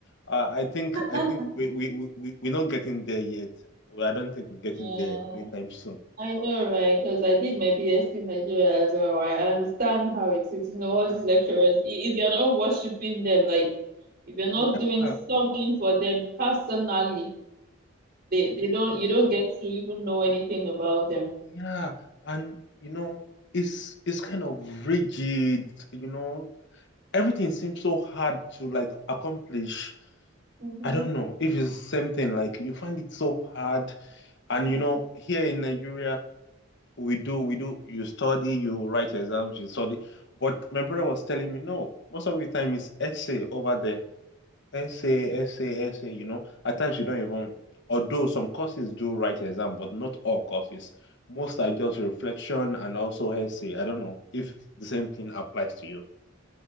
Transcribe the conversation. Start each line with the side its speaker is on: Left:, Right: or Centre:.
Left: Uh, I think
Right: <laughs>
Left: I think we we we we- we're not getting there yet. Well, I don't think we're getting
Right: Yeah.
Left: there anytime soon.
Right: I know, right? Because I did my BSc in Nigeria as well. I understand how it is. You know, all
Left: Ah,
Right: these lecturers,
Left: no.
Right: i- if you're not worshiping them, like if you're not
Left: Yeah,
Right: doing
Left: I-
Right: something for them personally, they, they don't you don't get to even know anything about them.
Left: yeah, and you know it's it's kind of rigid. You know everything seems so hard to like accomplish.
Right: Mm-hmm.
Left: I don't know if it's the same thing. Like you find it so hard, and
Right: Mm-hmm.
Left: you know, here in Nigeria, we do we do. You study, you write exams, you study. But my brother was telling me, no, most of the time it's essay over there, essay, essay, essay. You know, at times you don't even. Although some courses do write exam, but not all courses. Most are just reflection and also essay. I don't know if the same thing applies to you.